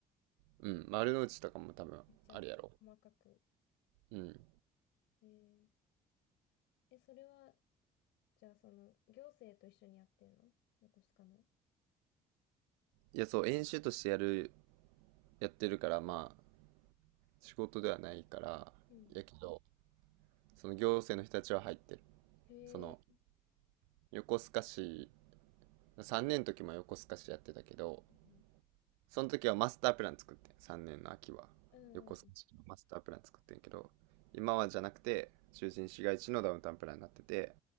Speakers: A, on the right (about 80°); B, on the left (about 75°).
A: うん、丸の内とかも多分あるやろ。
B: めっちゃ細かく。
A: うん。
B: えー、え、それは、じゃあ、その、行政と一緒にやってんの横須賀の。
A: いや、そう、演習としてやる、やってるから、まあ、仕事ではないから、
B: うん。
A: やけど、その行政の人たちは入ってる。
B: へえ。
A: その、横須賀市、3年の時も横須賀市やってたけど、
B: うん。
A: その時はマスタープラン作ってん3年の秋は横須賀市のマスタープラン作ってんけど今はじゃなくて中心市街地のダウンタウンプランになってて
B: うんうん